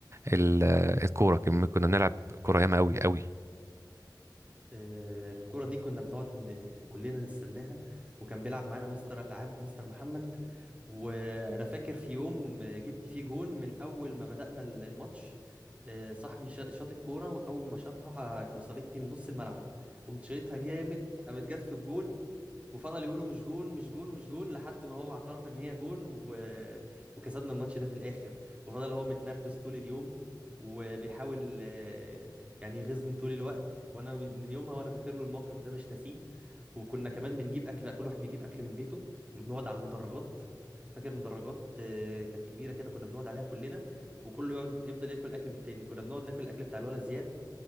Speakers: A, on the right (about 35°); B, on the right (about 15°).
A: ال- آه، الكوره كنا كنا بنلعب كوره ياما قوي قوي
B: آه، الكرة دي كنا بنقعد ن- كلنا نستناها وكان بيلعب معانا مستر الألعاب مستر محمد وأنا فاكر في يوم آه، جبت فيه جون من أول ما بدأنا ال- الماتش آه، صاحبي شا- شاط الكورة وأول ما شاطها وصلتني من نص الملعب قمت شايطها جامد قامت جت في الجون وفضل يقولوا مش جون مش جون مش جون لحد ما هو اعترف ان هي جون و... وكسبنا الماتش ده في الاخر وفضل هو متنرفز طول اليوم وبيحاول آه، يعني يغيظني طول الوقت وانا من من يومها وانا فاكر له الموقف ده مش ناسيه وكنا كمان بنجيب اكل بقى كل واحد بيجيب اكل من بيته وبنقعد على المدرجات فاكر مدرجات آه، كانت كبيره كده كنا بنقعد عليها كلنا وكله يقعد يفضل ياكل اكل من التاني كنا بنقعد ناكل الاكل بتاع الولد زياد